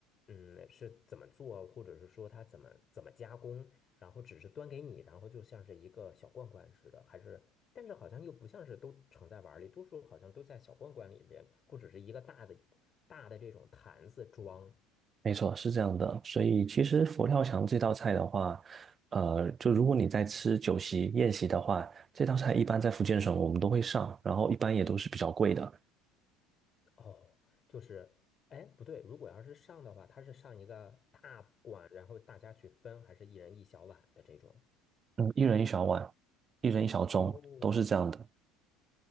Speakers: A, on the left; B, on the right.
A: 嗯是怎么做，或者是说它怎么怎么加工，然后只是端给你，然后就像是一个小罐罐似的，还是但是好像又不像是都盛在碗儿里，多数好像都在小罐罐里边，或者是一个大的大的这种坛子装。
B: 没错，是这样的。所以其实佛跳墙这道菜的话，呃，就如果你在吃酒席宴席的话，这道菜一般在福建省我们都会上，然后一般也都是比较贵的，
A: 哦，就是，哎，不对，如果要是上的话，它是上一个大碗，然后大家去分，还是一人一小碗的这种？
B: 嗯，一人一小碗，一人一小盅，
A: 哦，
B: 都是这样的。